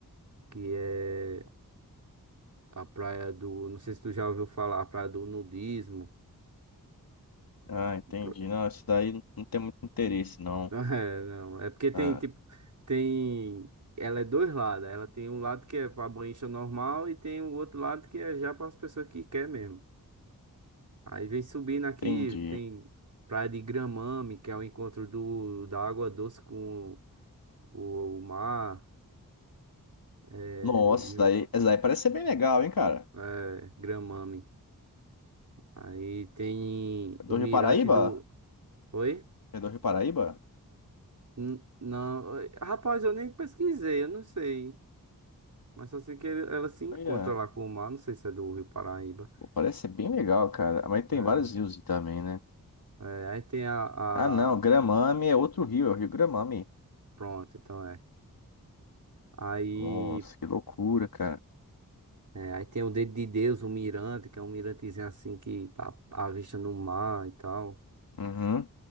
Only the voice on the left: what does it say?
Ah, entendi.
Não, isso daí não não tem muito interesse, não.
Ah,
entendi.
Nossa,
isso daí,
isso daí parece ser bem legal, hein, cara?
É do
Rio Paraíba?
É do Rio Paraíba?
Olha,
pô, parece ser bem legal, cara. Mas tem
vários rios também, né?
Ah, não,
Gramame é outro rio, é o Rio Gramame.
Nossa, que loucura, cara.
Uhum.